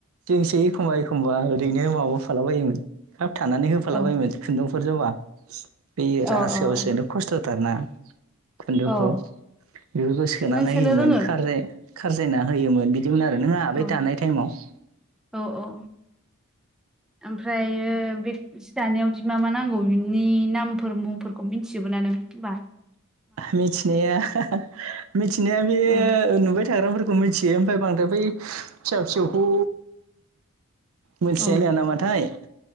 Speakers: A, on the right; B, in the centre.
A: जोंसो एखमबा एखमबा ओरैनो माबा होफाला बायोमोन खाब थानानै होफाला
B: औ
A: बायोमोन खुन्दुं फोजोबा जा बे रासोयावसोनो
B: औ औ
A: खस्थ'थारना खुन्दुंखौ
B: औ
A: बेफोरखौ सोनानै
B: नों सोनो
A: होयोमोन
B: रोङो
A: खार खारजायना होयोमोन बिदिमोन आरो नों आबै
B: औ
A: दानाय टाइमाव।
B: औ औ ओमफ्रायो बे जि दानायावदि मा मा नांगौ बिनि नामफोर मुंफोरखौ मिथिजोब नों होनबा
A: मिथिनाया <unintelligible> मिथिनाया बे
B: औ
A: नुबाय थाग्राफोरखौ मिथियो ओमफ्राय बांद्राय बै फिसा फिसौखौ मोनथिायो
B: औ
A: नङा नामाथाय